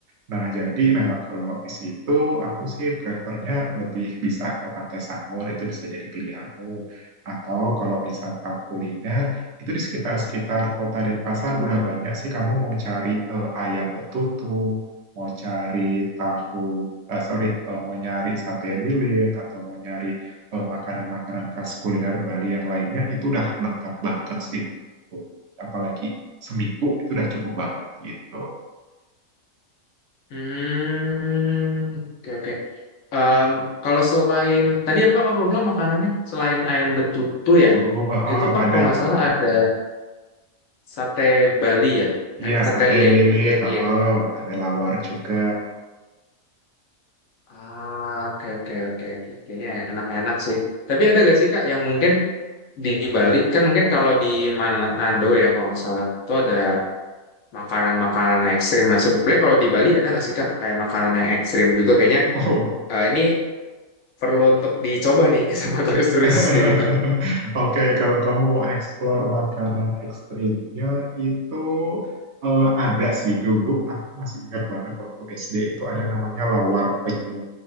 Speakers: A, on the right (about 65°); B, on the left (about 80°).
A: Nah, jadi memang kalau di situ aku sih prefernya lebih bisa ke Pantai Sanur itu bisa jadi pilihanmu. Atau kalau wisata kuliner itu di sekitar-sekitar kota Denpasar udah banyak sih kamu mau cari eh, ayam betutu, mau cari tahu, eh, sorry, eh, mau nyari sate lilit atau mau nyari eh, makanan-makanan khas kuliner Bali yang lainnya, itu udah lengkap banget sih menurutku. Apalagi seminggu itu udah cukup banget gitu.
B: Hmm, oke oke. Em, kalau selain tadi apa kamu bilang makanannya selain ayam betutu ya
A: Tuh heeh,
B: itu kan
A: ada,
B: kalau nggak salah
A: mm,
B: ada sate Bali ya,
A: iya
B: Eh, sate
A: sate
B: lilit,
A: lilit, heeh, ada lawar juga.
B: Ah, oke oke oke. Kayaknya enak-enak sih. Tapi ada gak sih Kak yang mungkin di Bali kan mungkin kalau di Manado ya kalau nggak salah tuh ada makanan-makanan ekstrim. Nah sebenarnya kalau di Bali ada nggak sih Kak kayak makanan yang ekstrim juga kayaknya
A: <laughs>
B: eh, ini perlu untuk dicoba nih <laughs> sama turis-turis
A: <laughs>
B: kayak gitu.
A: Oke, kalau kamu mau explore makanan ekstrimnya itu eh, ada sih dulu. Aku masih ingat banget waktu SD itu ada namanya lawar penyu.